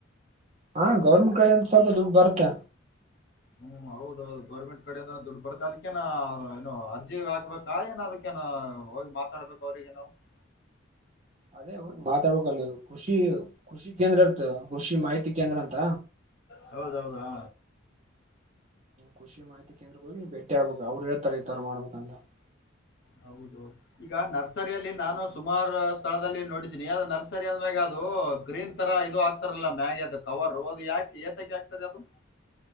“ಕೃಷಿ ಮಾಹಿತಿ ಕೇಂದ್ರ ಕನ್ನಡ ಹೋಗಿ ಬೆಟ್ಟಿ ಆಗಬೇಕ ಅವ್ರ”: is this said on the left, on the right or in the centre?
Right